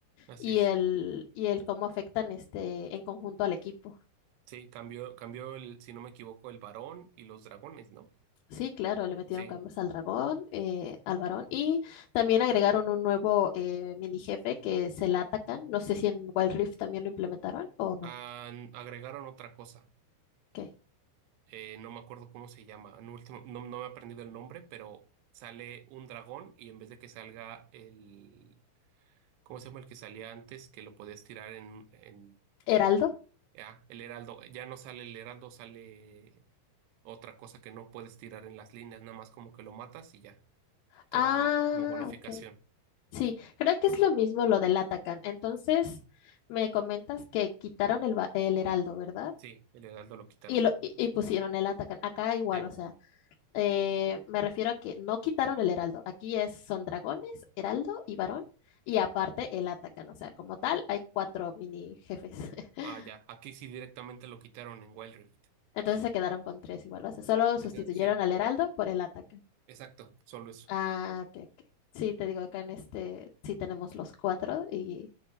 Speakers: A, on the right (about 80°); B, on the left (about 75°).
A: así
B: y
A: es.
B: el, y el cómo afectan este en conjunto al equipo.
A: Sí, cambió, cambió el, si no me equivoco, el varón y los dragones, ¿no?
B: Sí, claro, le metieron
A: Sí.
B: cambios al dragón, eh, al varón, y también agregaron un nuevo eh, mini jefe que se la atacan. No sé si en Wild Rift también lo implementaron o no.
A: Han- agregaron otra cosa.
B: ¿Qué?
A: Eh, no me acuerdo cómo se llama. En último, no, no me he aprendido el nombre, pero sale un dragón y en vez de que salga el, ¿cómo se llama el que salía antes? Que lo podías tirar en, en,
B: ¿Heraldo?
A: ya, el heraldo. Ya no sale el heraldo, sale otra cosa que no puedes tirar en las líneas, nada más como que lo matas y ya. Te
B: Ah,
A: da como bonificación.
B: ok. Sí, creo que es lo mismo lo del Atacan. Entonces, me comentas que quitaron el, va- el heraldo, ¿verdad?
A: Sí, el heraldo lo quitaron.
B: Y, lo, y, y pusieron el Atacan. Acá igual,
A: Sí.
B: o sea. Eh, me refiero a que no quitaron el heraldo. Aquí es, son dragones, heraldo y varón. Y aparte el atacan. O sea, como tal, hay cuatro mini jefes. <laughs>
A: Ah, ya. Aquí sí directamente lo quitaron en Wild Rift.
B: Entonces se quedaron con tres igual. O sea, solo
A: Te
B: sustituyeron
A: queda- Sí,
B: al heraldo por el atacan.
A: exacto. Solo eso.
B: Ah, ok, ok. Sí, te digo, acá en este sí tenemos los cuatro. Y,